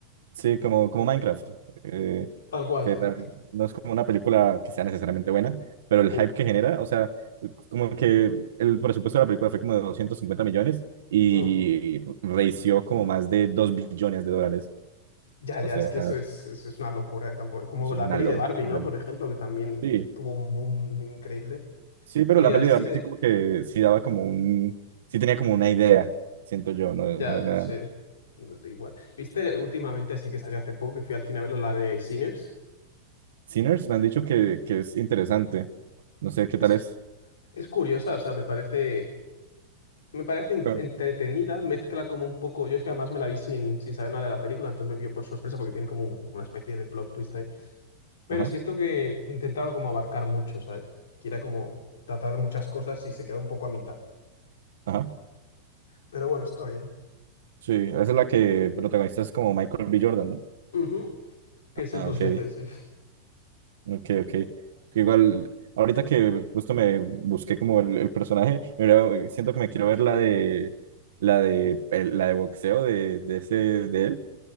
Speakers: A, on the right; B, on the left.
A: sí, como, como Minecraft, eh,
B: <laughs> Tal cual,
A: que
B: sí.
A: la- no es como una película que sea necesariamente buena, pero el
B: Mm,
A: hype que genera, o sea, como que el presupuesto de la película fue como de 250 millones y
B: mm.
A: reició como más de 2 billones de dólares,
B: Ya,
A: o
B: ya,
A: sea,
B: es que eso es, eso es una locura eh, tampoco. Como
A: eso
B: la
A: es una
B: peli
A: locura.
B: de Barbie, ¿no? Por ejemplo, que también
A: Sí.
B: tuvo un boom increíble.
A: Sí, pero
B: Y
A: la
B: de
A: peli
B: así
A: de Barbie
B: de.
A: sí como que sí daba como un, sí tenía como una idea, siento yo, no,
B: Ya,
A: no era...
B: no sé. no da igual. ¿Viste últimamente, así que salió hace poco, que fui al cine a verlo, la de Sinners?
A: Sinners me han dicho que, que es interesante, no sé qué
B: Es,
A: tal es,
B: es curiosa, o sea, me parece. Me parece en-
A: pero...
B: entretenida, mezcla como un poco. Yo es que además me la vi sin, sin saber nada de la película, entonces me vio por sorpresa porque tiene como un- una especie de plot twist ahí. Pero
A: Ajá,
B: siento que intentaba como abarcar mucho, ¿sabes? Que era como tratar de muchas cosas y se queda un poco a mitad.
A: ajá,
B: Pero bueno, está bien.
A: sí, esa es la que protagonista es como Michael B. Jordan, ¿no?
B: Ujú, Que es
A: Ah,
B: el dos
A: ok,
B: veces, sí.
A: ok, ok. Igual, ahorita que justo me busqué como el, el personaje, me hubiera- siento que me quiero ver la de, la de, el- la de boxeo de, de ese, de él,